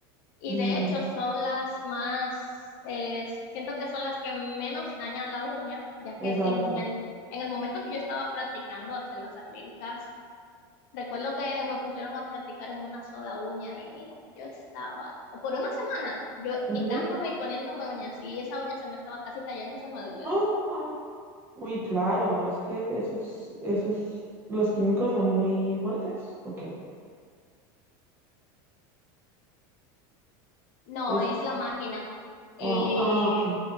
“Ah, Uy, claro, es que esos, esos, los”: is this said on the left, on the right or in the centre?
Right